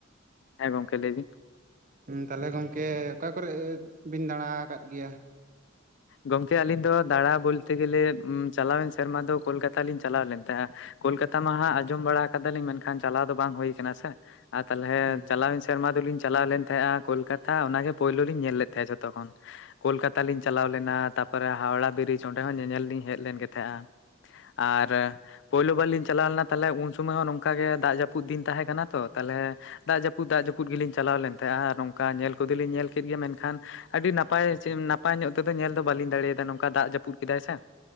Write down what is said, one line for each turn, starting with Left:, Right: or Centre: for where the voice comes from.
Left: ᱦᱮᱸ ᱜᱚᱝᱠᱮ ᱞᱟᱹᱭ ᱵᱤᱱ?
Right: ᱦᱩᱸ ᱛᱟᱞᱦᱮ ᱜᱚᱝᱠᱮ ᱚᱠᱟ ᱠᱚᱨᱮᱜ ᱵᱤᱱ ᱫᱟᱬᱟ ᱟᱠᱟᱫ ᱜᱮᱭᱟ?
Left: ᱜᱚᱝᱠᱮ ᱟᱞᱤᱧ ᱫᱚ ᱫᱟᱬᱟ ᱵᱳᱞᱛᱮ ᱜᱮᱞᱮ ᱪᱟᱞᱟᱣᱮᱱ ᱥᱮᱨᱢᱟ ᱫᱚ ᱠᱳᱞᱠᱟᱛᱟ ᱞᱤᱧ ᱪᱟᱞᱟᱣ ᱞᱮᱱ ᱛᱟᱦᱮᱸᱜ-ᱟ᱾ ᱠᱳᱞᱠᱟᱛᱟ ᱢᱟ ᱦᱟᱸᱜ ᱟᱸᱡᱚᱢ ᱵᱟᱲᱟ ᱠᱟᱫᱟᱞᱤᱧ, ᱢᱮᱱᱠᱷᱟᱱ ᱪᱟᱞᱟᱣ ᱫᱚ ᱵᱟᱝ ᱦᱩᱭ ᱠᱟᱱᱟ ᱥᱮ᱾ ᱟᱨ ᱛᱟᱞᱦᱮ
Right: ᱦᱩᱸ
Left: ᱪᱟᱞᱟᱣᱮᱱ ᱥᱮᱨᱢᱟ ᱫᱚᱞᱤᱧ ᱪᱟᱞᱟᱣ ᱞᱮᱱ ᱛᱟᱦᱮᱸᱜ-ᱟ᱾ ᱠᱳᱞᱠᱟᱛᱟ ᱚᱱᱟᱜᱮ ᱯᱳᱭᱞᱳ ᱞᱤᱧ ᱧᱮᱞ ᱞᱮᱫ ᱛᱟᱦᱮᱸ ᱡᱷᱚᱛᱚ ᱠᱷᱚᱱ᱾ ᱠᱳᱞᱠᱟᱛᱟ ᱞᱤᱧ ᱪᱟᱞᱟᱣ ᱞᱮᱱᱟ ᱛᱟᱯᱚᱨᱮ ᱦᱟᱣᱲᱟ ᱵᱤᱨᱤᱡ ᱚᱸᱰᱮ ᱦᱚᱸ ᱧᱮᱧᱮᱞ ᱞᱤᱧ ᱦᱮᱡ ᱞᱮᱱ ᱜᱮ ᱛᱟᱦᱮᱸᱜ-ᱟ᱾ ᱟᱨ ᱯᱳᱭᱞᱳ ᱵᱟᱨ ᱞᱤᱧ ᱪᱟᱞᱟᱣ ᱞᱮᱱᱟ ᱛᱟᱞᱦᱮ ᱩᱱ ᱥᱚᱢᱚᱭ ᱦᱚᱸ ᱱᱚᱝ ᱠᱟ ᱜᱮ ᱫᱟᱜ ᱡᱟᱹᱯᱩᱫ ᱫᱤᱱ ᱛᱟᱦᱮᱸ ᱠᱟᱱᱟ ᱛᱚ, ᱛᱟᱞᱦᱮ ᱫᱟᱜ ᱡᱟᱹᱯᱩᱫ ᱫᱟᱜ ᱡᱟᱹᱯᱩᱫ ᱯᱩᱫ ᱜᱮᱞᱤᱧ ᱪᱟᱞᱟᱣ ᱞᱮᱱ ᱛᱟᱦᱮᱸᱜᱼᱴ-ᱟ ᱟᱨ ᱱᱚᱝᱠᱟ ᱧᱮᱞ ᱠᱚᱫᱚ ᱞᱤᱧ ᱧᱮᱞ ᱠᱮᱫ ᱜᱮᱭᱟ ᱢᱮᱱᱠᱷᱟᱱ ᱟᱹᱰᱤ ᱱᱟᱯᱟᱭ ᱪᱮ ᱱᱟᱯᱟᱭ ᱧᱚᱜ ᱛᱮᱫᱚ ᱧᱮᱞ ᱫᱚ ᱵᱟᱹᱞᱤᱧ ᱫᱟᱲᱮ ᱭᱟᱫᱟ ᱱᱚᱝᱠᱟ ᱫᱟᱜ ᱡᱟᱹᱯᱩᱫ ᱠᱮᱫᱟᱭ ᱥᱮ᱾